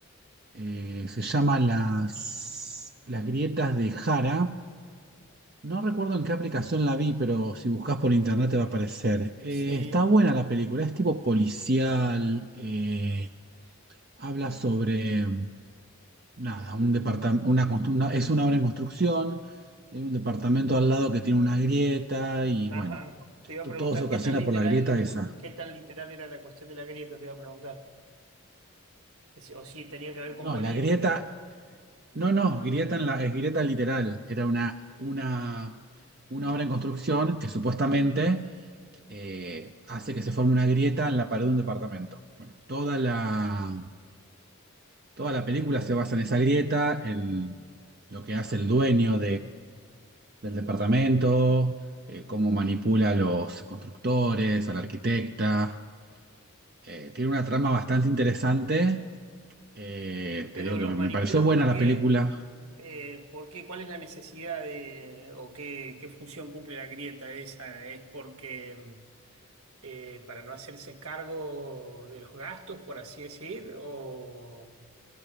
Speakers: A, on the right; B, on the right.
A: eh, se llama Las, Las grietas de Jara. No recuerdo en qué aplicación la vi, pero si buscas por internet te va a aparecer. Eh,
B: Sí,
A: está buena la película, es tipo policial. eh, habla sobre nada, un departamento, una, constru- una- es una obra en construcción, y hay un departamento al lado que tiene una grieta y
B: ajá.
A: bueno,
B: Te iba
A: t-
B: a preguntar
A: todo se ocasiona
B: qué tan literal,
A: por la grieta esa.
B: qué tan literal era la cuestión de la grieta, te iba a preguntar. Es- O si tenía que ver con
A: No,
B: política.
A: la grieta, no, no, grieta en la, es grieta literal, era una, una, una obra en construcción que supuestamente eh, hace que se forme una grieta en la pared de un departamento. Bueno, toda la, toda la película se basa en esa grieta, en lo que hace el dueño del departamento, eh, cómo manipula a los constructores, a la arquitecta. Eh, tiene una trama bastante interesante. Eh,
B: Pero
A: te digo
B: los
A: que me,
B: manipula
A: me pareció buena
B: ¿por
A: la
B: qué?
A: película.
B: Eh, ¿por qué? ¿Cuál es la necesidad de, o qué, qué función cumple la grieta esa? ¿Es porque mm, eh, para no hacerse cargo de los gastos, por así decir, o,